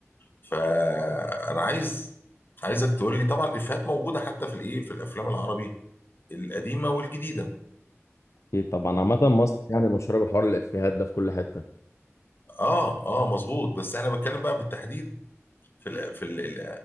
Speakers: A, on the left; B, on the left.
A: فانا عايز عايزك تقول لي طبعا الافيهات موجوده حتى في الايه في الافلام العربي القديمه والجديده
B: اكيد طبعا عامة مصر يعني مشهورة بحوار الإفيهات ده في كل حتة
A: اه اه مظبوط بس انا بتكلم بقى بالتحديد في ال في ال ال